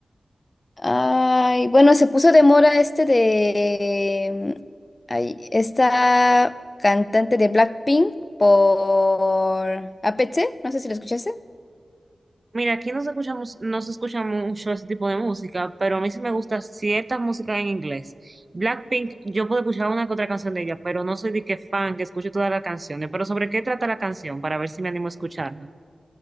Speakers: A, on the left; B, on the right.
A: ay, bueno, se puso de moda este de mm, ay, esta cantante de Blackpink por a APT, no sé si lo escuchaste.
B: Mira, aquí no se escuchamos, no se escucha mucho ese tipo de música, pero a mí sí me gusta cierta música en inglés. Blackpink, yo puedo escuchar una que otra canción de ella, pero no soy de que fan que escuche todas las canciones. Pero ¿sobre qué trata la canción? Para ver si me animo a escucharla.